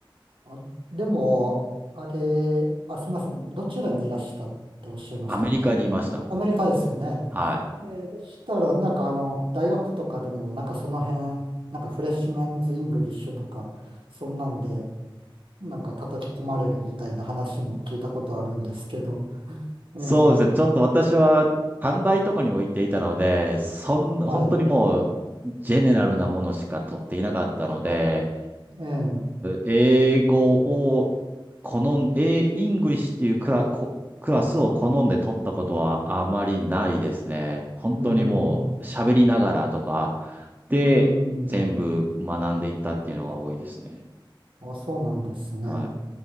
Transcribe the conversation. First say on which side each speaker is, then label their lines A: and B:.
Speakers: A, on the right; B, on the right.
A: あ、でも、あれ、あ、すみません。どちらにいらしたっておっしゃいましたっけ
B: アメリカにいました。
A: アメリカですよね。
B: はい。
A: えーでしたら、なんかあの、大学とかでも、なんかその辺、なんかフレッシュメンズ・イングリッシュとか、そんなんで、なんか叩き込まれるみたいな話も聞いたことあるんですけど、えー
B: そうですね。ちょっと私は短大とかにも行っていたので、そん、本当にもうジェネラルなものしか取っていなかったので、
A: はい、えー
B: 英語を好ん、英、イングリッシュっていうクラ、こクラスを好んで取ったことはあまりないですね。本当にもう喋りながらとか
A: うーん、う
B: で全部学んでいったっていうのが多いですね。
A: ーん、あ、そうなんですね。
B: はい。